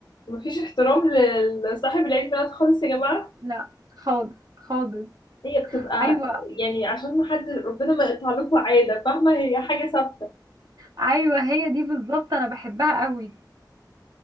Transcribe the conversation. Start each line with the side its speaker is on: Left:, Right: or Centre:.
Left: مفيش احترام ل- لصاحب العيد ميلاد خالص يا جماعة
Right: لا خالص خالص
Left: هي بتبقى
Right: ايوه
Left: يعني عشان ما حد ربنا ما يقطع لكم عادة فاهمة هي حاجة ثابتة
Right: ايوه هي دي بالظبط انا بحبها قوي